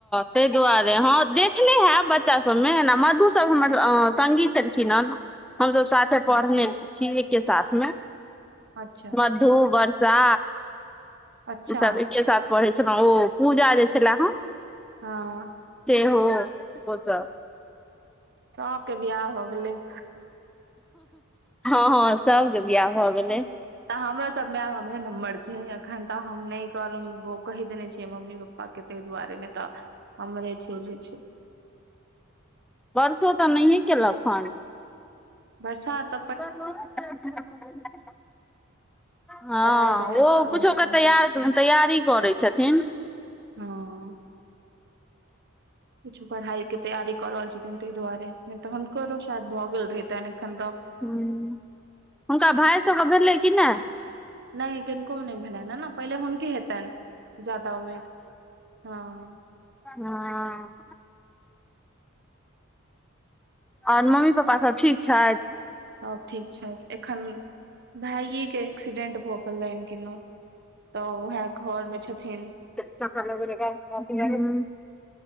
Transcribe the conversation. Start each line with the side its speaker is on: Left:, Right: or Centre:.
Centre: तय दुआरे हँ देखने हैब बच च्चा सबमे मधु सब हमर संगी छलखिन हे हमसब साथे
Right: हँ
Centre: पढ़ने छि एक के साथ मे।
Right: अच्छा।
Centre: मधू, वर्षा।
Right: अच्छा
Centre: ई सभ एकके साथ पढ़ै छलहुँ ओ पूजा जे छले हन।
Right: हँ।
Centre: सेहो ओ सब।
Right: सबके बियाह भ गेलैय।
Centre: हँ हँ सबके बियाह भऽ गेलैय।
Right: तऽ हमरो सब मे आब हमरे नम्बर छै अखन तऽ हम नहि करब वो कैह देने छियै मम्मी पप्पा के तय दुआरे। तय मे तऽ हमर छै जे छै।
Centre: वर्सो तऽ नहिये केलक हन।
Right: बर्षा त
Centre: <inaudible> हँ
Right: पढ़ाई तढ़ाई
Centre: ओ
Right: कऽ रहल
Centre: कुछो
Right: छथिन
Centre: के तैयर
Right: शायद
Centre: तैयारी करै छथिन।
Right: हँओ। किछो पढ़ाइ के तैयारी क रहल छथिन तय दुआरे नहि तऽ हुनकरो शायद भऽ गेल रहितैन एखन तऽ।
Centre: हुं हुनका भाय सब भेलै कि नहि।
Right: नहि किनको मे नहि भेलनि है ने पहिले हुनके हेतनि जादा उम्मीद हँ।
Centre: ह और मम्मी पा प्पा सब ठीक छथि।
Right: सब ठीक छथि एखन भायजी के एक्सीडेंट भऽ गेल रहनि किनौ तऽ ओहा घर मे छथिन।
Centre: <unintelligible>